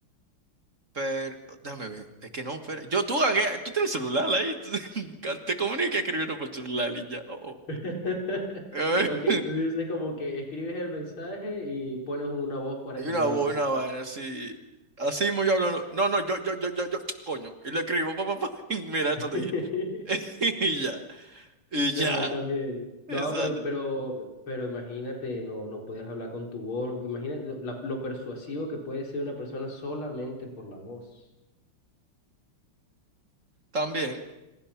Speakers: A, on the right (about 40°); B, on the left (about 70°).
A: Pero, déjame ver, es que no, pero, yo tú, ague- tú tienes celular ahí, tú- <laughs> te comunicas escribiendo por celular y ya. oh, oh.
B: <laughs>
A: Eh,
B: Ok,
A: <laughs>
B: tú dices como que escribes el mensaje y pones una voz para
A: Y
B: que
A: una
B: lo diga.
A: voz, una vaina así, así mismo yo hablando, no, no, yo, yo, yo, yo, yo, <tsk> coño, y le escribo, papá, pa, pa, pa, <laughs> y mira, esto
B: <laughs>
A: te dije, <laughs> y ya, y
B: No,
A: ya,
B: también. No,
A: exacto,
B: pero, pero, pero imagínate, no, no puedes hablar con tu voz. Imagínate lo, la- lo persuasivo que puede ser una persona solamente por la voz.
A: también,